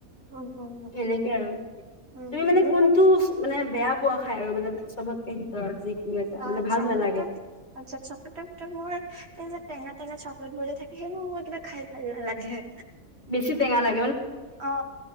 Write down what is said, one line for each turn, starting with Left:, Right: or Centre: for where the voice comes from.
Right: উম উম
Left: সেনেকে আৰু তুমি
Right: উম সেইবোৰ
Left: মানে কোনটো
Right: খাই
Left: মানে বেয়া পোৱা খায় আৰু মানে চবতকে ভিতৰত। যিকোনো এটা
Right: আহ
Left: মানে ভাল
Right: চকলেটত
Left: নালাগে
Right: আচ্ছা চকলেটৰ ভিতৰত মোৰ এই যে টেঙা টেঙা চকলেট বোৰহে থাকে ন মোৰ কিবা খাই ভাল নালাগে।
Left: বেছি টেঙা লা
Right: অ',